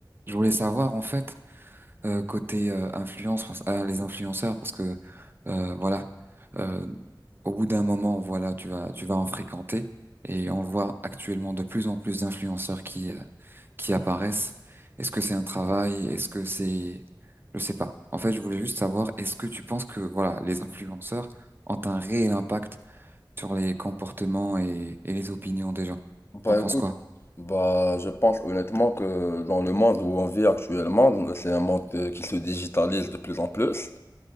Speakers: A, on the right; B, on the left.
A: Je voulais savoir en fait euh, côté euh, influence parce- ah, les influenceurs parce que euh, voilà euh, au bout d'un moment voilà tu vas tu vas en fréquenter et on voit actuellement de plus en plus d'influenceurs qui euh, qui apparaissent. Est-ce que c'est un travail? Est-ce que c'est je sais pas. En fait, je voulais juste savoir est-ce que tu penses que voilà les influenceurs ont un réel impact sur les comportements et, et les opinions des gens?
B: Bah
A: T'en penses
B: écoute,
A: quoi?
B: bah je pense honnêtement que dans le monde où on vit actuellement, c'est un monde euh, qui se digitalise de plus en plus.